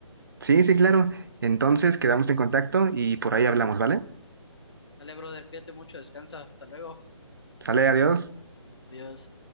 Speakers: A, on the right; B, on the left.
A: Sí, sí, claro. Entonces quedamos en contacto y por ahí hablamos, ¿vale?
B: Dale, brother, cuídate mucho, descansa, hasta luego,
A: Sale, adiós.
B: adiós.